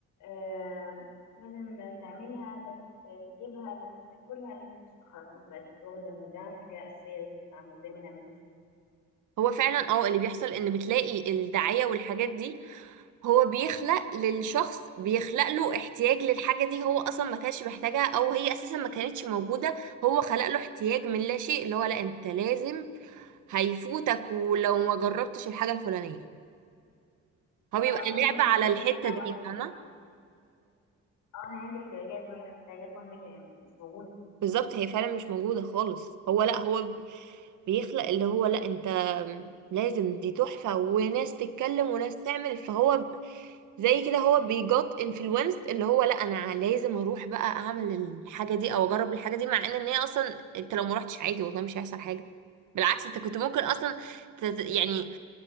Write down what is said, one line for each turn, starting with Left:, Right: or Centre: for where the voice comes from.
Left: آه لازم تعملها لازم ت- تجيبها لازم تاكلها لازم تش- خلاص الناس بقت واخده ان ده حاجه اساسيه لازم تتعمل زي ما نعملهاش
Right: هو فعلا اه اللي بيحصل ان بتلاقي الدعاية والحاجات دي هو بيخلق للشخص بيخلق له احتياج للحاجة دي هو اصلا ما كانش محتاجها او هي اساسا ما كانتش موجودة هو خلق له احتياج من لا شيء اللي هو لا انت لازم هيفوتك ولو ما جربتش الحاجة الفلانية هو بيبقى
Left: اه على فكره
Right: لعبة
Left: هي دي
Right: على
Left: احتياجات
Right: الحتة
Left: كلها
Right: دي
Left: وهميه
Right: فاهمة
Left: فاهم اه ان هي دي احتياجات وهي احتياجات وهميه يعني مش موجوده
Right: بالظبط هي فعلا مش موجودة خالص هو لا هو ب- بيخلق اللي هو لا انت لازم دي تحفة وناس تتكلم وناس تعمل فهو ب- زي كده هو بيجوت انفلونسد اللي هو لا انا لازم اروح بقى اعمل الحاجة دي او اجرب الحاجة دي مع ان ان هي اصلا انت لو ما رحتش عادي والله مش هيحصل حاجة بالعكس انت كنت ممكن اصلا تت يعني